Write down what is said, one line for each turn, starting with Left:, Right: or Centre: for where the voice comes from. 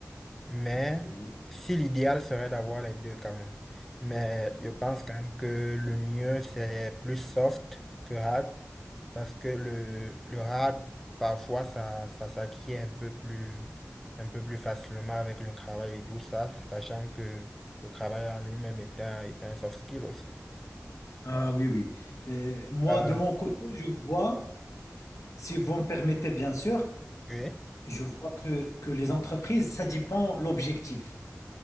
Centre: Mais
Left: Oui.
Centre: si l'idéal serait d'avoir les deux quand même. Mais je pense quand même que le mieux, c'est plus soft que hard parce que le, le hard, parfois, ça, ça s'acquiert un peu plus, un peu plus facilement avec le travail et tout ça, sachant que le travail en lui-même est un, est un soft skill aussi.
Left: Ah oui, oui. Euh, moi,
Centre: Euh,
Left: de mon côté, je vois, si vous me permettez, bien sûr.
Centre: Oui,
Left: Je vois que, que les entreprises, ça dépend l'objectif.